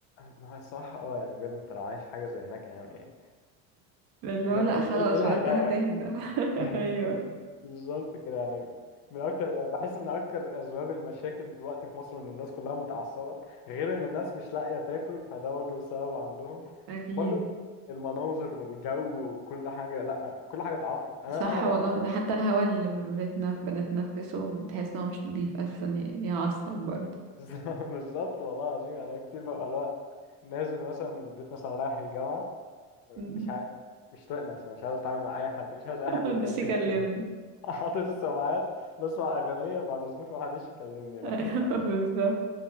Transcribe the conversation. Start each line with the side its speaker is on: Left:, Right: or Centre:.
Left: ما هو الصراحة اه يعني بجد انت لو عايش حاجة زي هناك يعني
Right: اللي
Left: بجد
Right: هو لا
Left: ايه
Right: خلاص
Left: إيه- إيه اللي
Right: بقى
Left: هيضايقك
Right: انت هتهدى <laughs>
Left: <laughs>
Right: ايوه
Left: بالظبط كده يعني من اكتر يعني بحس ان اكتر اسباب المشاكل دلوقتي في مصر ان الناس كلها متعصبه غير ان الناس مش لاقيه تاكل فده برضو سبب عندهم
Right: اكيد
Left: برضو المناظر والجو وكل حاجه لا كل حاجه اتعفرت انا
Right: صح
Left: انا بقى
Right: والله
Left: انا
Right: ده حتى
Left: <laughs>
Right: الهواء اللي بتنف... بنتنفسه بتحس ان هو مش نضيف اساسا ي- يعصب برضه
Left: بقى- بالظبط والله العظيم يعني أنا كتير ببقى اللي هو نازل مثلا من البيت مثلا رايح الجامعه مش
Right: مم.
Left: عاي... مش طايق نفسي مش عايز اتعامل مع اي حد مش عايز
Right: <laughs>
Left: اي حد
Right: محدش
Left: يكلمني
Right: يكلمني
Left: <laughs> حاطط السماعات بسمع اغنيه بعد اذنكم ما حدش يكلمني لا
Right: ايوه
Left: ما
Right: بالظبط